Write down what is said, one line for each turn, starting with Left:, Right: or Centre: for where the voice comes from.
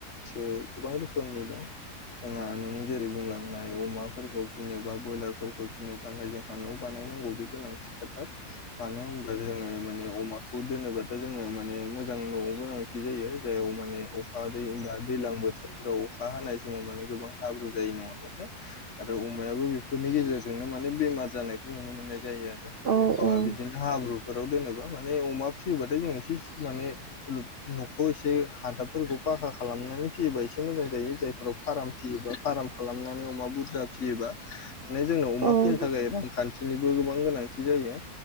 Left: सो गोबां रोखोमनि दं। जोंहा नों जेरै बुंलांनाय अमा फोरखौ फिनोबा ब्रयलार फोरखौ फिनो थाखाय जोंहा न' बानाय नाय नांगौ बे गोनांथि खाथार मानो होनबा जोङो माने अमाखौ दोनोबा दा जोङो माने मोजां न'आव गोनांथि जायो जाययाव माने अखा दै दैज्लां बोथोर फ्राव अखा हानाय समाव माने गोबां हाब्रु जायो नङा बाथाय आरो अमायाबो बेफोरनि गेजेरजों जोंनो माने बेमार जानायखौ नुनो मोननाय जायो आरो
Right: औ औ
Left: ओ
Right: औ
Left: बिदिनो हाब्रु फोराव दोनोबा माने अमा फिसियो बाथाय जों एसे माने लुफ न'खौ एसे हादाब फोरखौ पाखा खालामनानै फियोबा एसे मोजां जायो जाय फोराव फाराम फियोबा फाराम खालामनानै अमा बुरजा फियोबा माने जोंनाव अमा
Right: माने
Left: फिनो थाखाय रां खान्थिनिबो गोबां गोनांथि जायो।